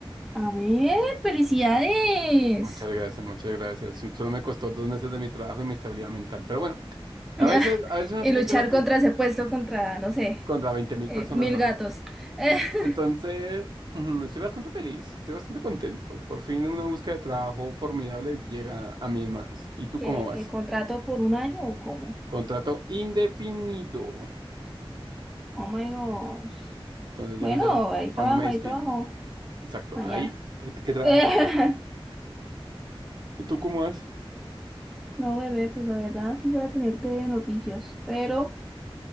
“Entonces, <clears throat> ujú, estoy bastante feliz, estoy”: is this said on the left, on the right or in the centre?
Right